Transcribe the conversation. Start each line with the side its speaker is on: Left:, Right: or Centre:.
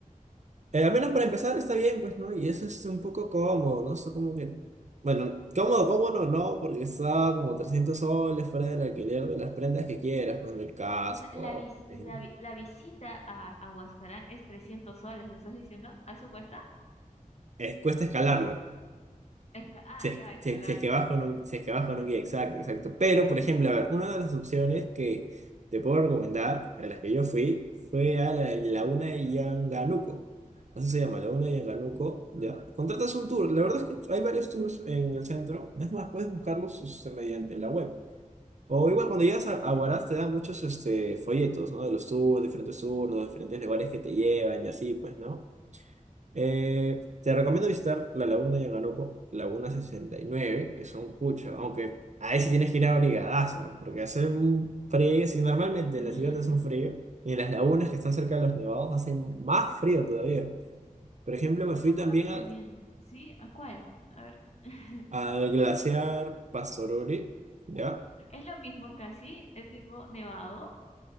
Right: Eh, al menos para empezar está
Left: mm.
Right: bien, pues, ¿no? Y eso es un poco cómodo, ¿no? Está como que... Bueno, cómodo, cómodo no, porque está como 300 soles fuera del alquiler de las prendas que quieras, pues, del casco.
Left: O sea, la, vis-
Right: eh,
Left: la, vi- la visita a, a Huascarán es 300 soles, ¿me estás diciendo? ¿A ¿Eso cuesta?
Right: eh, cuesta escalarlo.
Left: Esca- ah,
Right: Si es,
Left: ya, escalar.
Right: si es- si es que vas con un, si es que vas con un guía, exacto, exacto. Pero, por ejemplo, a ver, una de las opciones que te puedo recomendar, a las que yo fui, fue a la Laguna de Yanganuco. Así se llama, Laguna de Yanganuco,
Left: Mm,
Right: ¿ya? Contratas un tour. La verdad es que hay varios tours en el centro. Es más, puedes buscarlos este, mediante la web. O igual cuando llegas a, a
Left: mm.
Right: Huaraz te dan muchos este, folletos, ¿no? De los tours, diferentes tours, los diferentes lugares que te llevan y así, pues, ¿no? Eh, te recomiendo visitar la Laguna de Yanganoco, Laguna sesenta y nueve, que son pucha, aunque ahí sí tienes que ir abrigadaza, porque hace un frío, si normalmente
Left: <laughs>
Right: en la ciudad hace un frío, y en las lagunas que están cerca de los nevados hace más frío todavía. Por ejemplo,
Left: ¿Y
Right: me fui
Left: tú
Right: también
Left: qué me recomiendas?
Right: al,
Left: ¿Sí? ¿A cuál? A ver. <laughs>
Right: al glaciar Pastoruri, ¿ya?
Left: ¿Es lo mismo casi? ¿Es tipo nevado